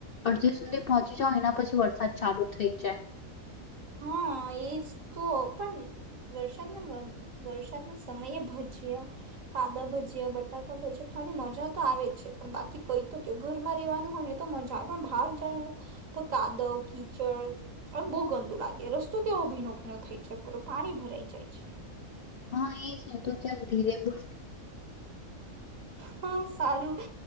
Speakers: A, on the left (about 60°); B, on the right (about 65°).
A: અડધી સુધી પહોંચી જાવ એના પછી વરસાદ ચાલુ થઈ જાય
B: હા એજ તો પણ વરસાદના વરસાદના સમયે ભજીયા કાંદા ભજીયા બટાકા ભજીયા ખાવાની મજા તો આવે જ છે પણ બાકી કઈ તો કેવું ઘરમાં રેવાનું હોય ને તો મજા આવે પણ બહાર જાય ને તો કાદવ કીચડ બહુ ગંદ લાગે રસ્તો કેવો ભીનો ભીણ થાય છે પૂર પાણી ભરાઈ જાય છે
A: હા એ છે ને તું ચાલ ધીરે બોલતી
B: હા સારું